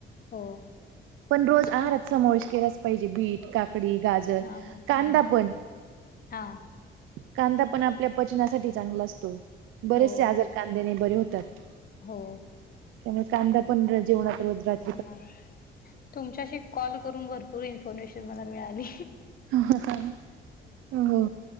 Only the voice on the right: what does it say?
पण रोज
आहारात समावेश केलाच पाहिजे बीट, काकडी, गाजर,
कांदा
पण.
कांदा पण आपल्या पचनासाठी चांगला असतो. बरेचसे
आजार कांद्याने बरे होतात.
त्यामुळे कांदा पण र जेवणात रोज रात
हा का हो